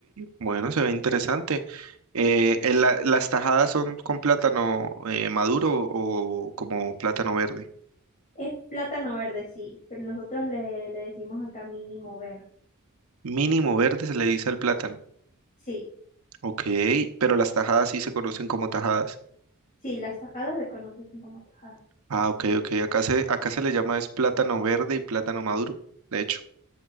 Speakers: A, on the right (about 80°); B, on the left (about 35°).
A: bueno, se ve interesante. Eh, en la- ¿las tajadas son con plátano eh, maduro o como plátano verde?
B: Es plátano verde, sí, pero nosotros le, le decimos acá mínimo verde.
A: Mínimo verde se le dice al plátano.
B: Sí,
A: Ok, pero las tajadas sí se conocen como tajadas.
B: sí, las tajadas se conocen como tajadas.
A: Ah, ok, ok. Acá se, acá se le llama es plátano verde y plátano maduro, de hecho.